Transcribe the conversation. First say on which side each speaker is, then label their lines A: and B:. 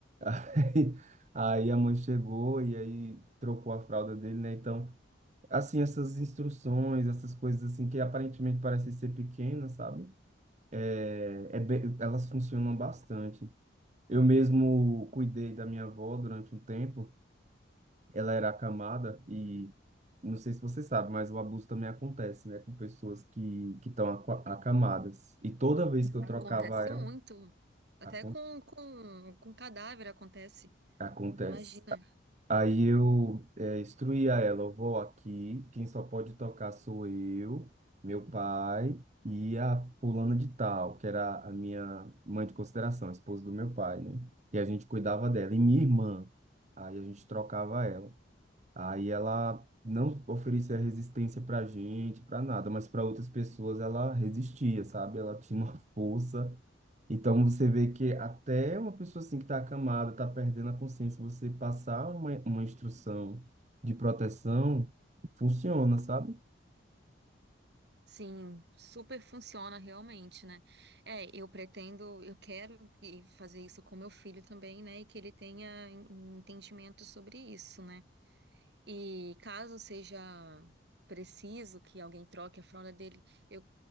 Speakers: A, on the right; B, on the right.
A: <laughs> Aí a mãe chegou e aí trocou a fralda dele, né? Então, assim, essas instruções, essas coisas assim que aparentemente parecem ser pequenas, sabe? É, é bem- elas funcionam bastante. Eu mesmo cuidei da minha avó durante um tempo. Ela era acamada e não sei se você sabe, mas o abuso também acontece, né? Com pessoas que que estão aqua- acamadas. E toda vez que eu
B: acontece
A: trocava ela,
B: muito. Até
A: acon-
B: com, com, com cadáver acontece.
A: acontece.
B: Imagina.
A: Aí eu é, instruí a ela, eu vou aqui, quem só pode tocar sou eu, meu pai e a fulana de tal, que era a minha mãe de consideração, a esposa do meu pai, né? E a gente cuidava dela, e minha irmã, aí a gente trocava ela. Aí ela não oferecia resistência pra gente, pra nada, mas para outras pessoas ela resistia, sabe? Ela tinha uma <laughs> força. Então você vê que até uma pessoa assim que tá acamada, tá perdendo a consciência, você passar uma, uma instrução de proteção funciona, sabe?
B: Sim, super funciona realmente, né? É, eu pretendo, eu quero e fazer isso com meu filho também, né? E que ele tenha en- entendimento sobre isso, né? E caso seja preciso que alguém troque a fralda dele, eu